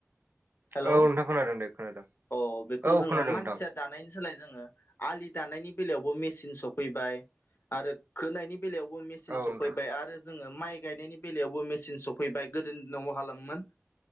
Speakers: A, on the left; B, on the right.
A: हेलौ
B: औ नोंथां खोनादों दे खोनादों
A: अ बेखौ
B: औ
A: जोङो
B: खोनादों
A: मानसिया।
B: नोंथां
A: दानायनि सोलाय जोङो आलि दानायनि बेलायावबो मेचिन सफैबाय आरो खोनायनि बेलायावबो मेचिन
B: औ
A: सफैबाय
B: नोंथां
A: आरो जो ङो माइ गायनायनि बेलायावबो मेचन सफैबाय गोदोनि दिनाव मा खालामोमोन